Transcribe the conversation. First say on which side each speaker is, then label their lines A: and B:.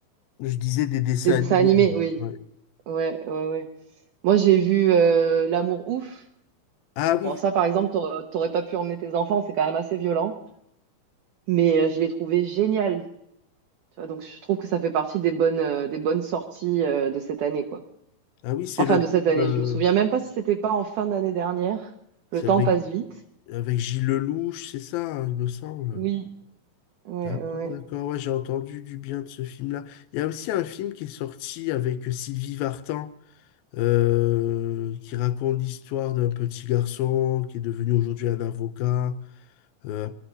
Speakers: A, on the left; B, on the right.
A: Je disais des dessins
B: des dessins
A: animés.
B: animés, oui.
A: ouais.
B: Ouais, ouais, ouais. Moi, j'ai vu euh, L'amour ouf.
A: Ah oui,
B: Bon, ça, par exemple, t'aur- t'aurais pas pu emmener tes enfants, c'est quand même assez violent. Mais euh, je l'ai trouvé génial. Tu vois, donc, je trouve que ça fait partie des bonnes, euh, des bonnes sorties euh, de cette année, quoi.
A: ah oui, c'est
B: Enfin,
A: le
B: de
A: film,
B: cette année.
A: euh,
B: Je me souviens même pas si c'était pas en fin d'année dernière. Le
A: c'est
B: temps
A: avec,
B: passe vite.
A: avec Gilles Lelouch, c'est ça, hein, il me semble.
B: Oui, ouais,
A: D'accord,
B: ouais.
A: d'accord, ouais, j'ai entendu du bien de ce film-là. Il y a aussi un film qui est sorti avec Sylvie Vartan. euh, qui raconte l'histoire d'un petit garçon qui est devenu aujourd'hui un avocat. Euh,